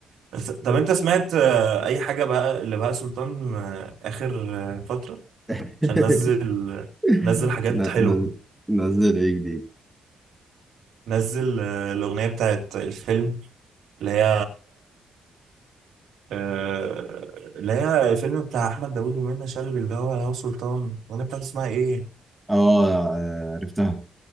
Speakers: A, on the right (about 70°); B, in the centre.
A: بس طب انت سمعت آه، اي حاجه بقى اللي بهاء سلطان آه، اخر آه، فتره
B: <laughs>
A: عشان نزل
B: <laughs>
A: نزل حاجات
B: ن-
A: حلوه
B: ن- نزل ايه جديد
A: نزل آه، الاغنيه بتاعت الفيلم اللي هي آه، اللي هي الفيلم بتاع احمد داوود ومنى شلبي اللي هو هو سلطان الاغنيه بتاعت اسمها ايه
B: اه آه، عرفتها